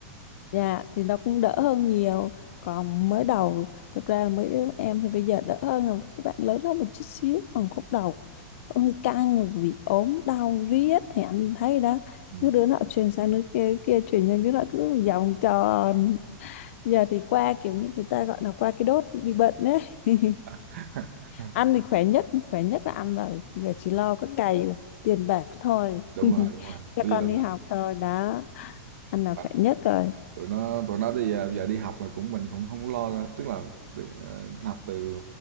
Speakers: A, on the left; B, on the right.
A: dạ thì nó cũng đỡ hơn nhiều còn mới đầu thực ra là mấy đứa em thì bây giờ đỡ hơn rồi các bạn lớn hơn một chút xíu còn khúc đầu ôi căng rồi bị ốm đau riết thì anh thấy đó
B: ừ.
A: cứ đứa nọ truyền sang đứa kia đứa kia truyền sang đứa nọ cứ vòng tròn giờ thì qua kiểu như người ta gọi là qua cái đốt bị bệnh đấy <laughs>
B: <laughs>
A: ăn thì khỏe nhất khỏe nhất là ăn rồi giờ chỉ lo có cày tiền bạc thôi
B: đúng
A: <laughs>
B: rồi đúng rồi
A: cho
B: bây
A: con
B: giờ là
A: đi học thôi đó ăn là khỏe
B: là
A: nhất rồi
B: tụi nó tụi nó đi ờ, giờ đi học là cũng mình cũng không có lo tức là từ, ờ, học từ